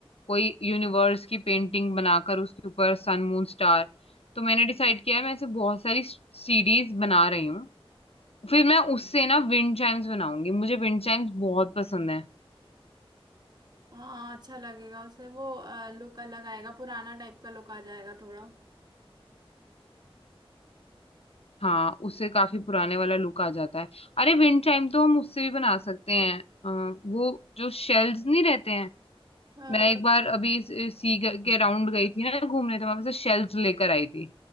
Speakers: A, on the left; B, on the right.
A: कोई यूनिवर्स की पेंटिंग बनाकर उसके ऊपर सन मून स्टार तो मैंने डिसाइड किया है मैं ऐसे बहुत सारी सीडीज बना रही हूँ फिर मैं उससे ना विंड चाइम्स बनाऊंगी मुझे विंड चाइम्स बहुत पसंद है
B: हाँ अच्छा लगेगा उसे वो लुक अलग आएगा पुराना टाइप का लुक आ जाएगा थोड़ा
A: हाँ उससे काफी पुराने वाला लुक आ जाता है अरे विंड चाइम तो हम उससे भी बना सकते हैं अ, वो जो शेल्स नहीं रहते हैं
B: अ,
A: मैं एक बार अभी सी के राउंड गई थी ना घूमने तो मैं वैसे शेल्स लेकर आई थी